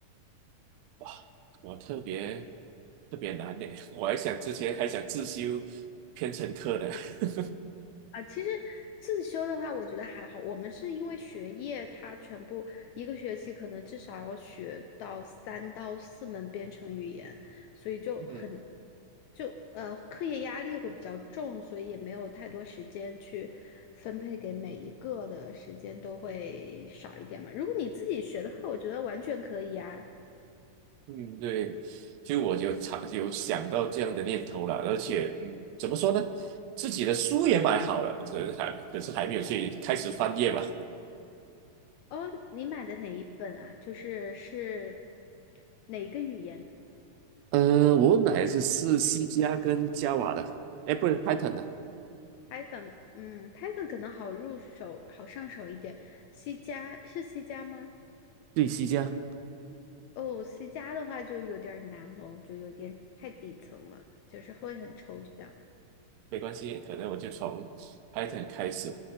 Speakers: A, on the right; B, on the left.
A: 哇，我特别特别难呢，我还想之前还想自修编程课呢，<laughs>
B: 啊，其实自修的话，我觉得还好。我们是因为学业，它全部一个学期可能至少要学到三到四门编程语言，所以就很，
A: 嗯。
B: 就呃课业压力会比较重，所以也没有太多时间去分配给每一个的时间都会少一点嘛。如果你自己学的话，我觉得完全可以啊。
A: 嗯，对，就我就常有想到这样的念头了，而且，嗯，怎么说呢，自己的书也买好了，这还可是还没有去开始翻页吧。
B: 哦，你买的哪一本啊？就是是哪一个语言？
A: 呃，我买的是是 C 加跟 Java 的，哎，不是 Python 的，
B: Python，嗯，Python 可能好入手、好上手一点。C 加是 C 加吗？
A: 对，C 加。
B: 哦，C 加的话就有点儿难喽，就有点太底层了，就是会很抽象。
A: 没关系，可能我就从 Python 开始。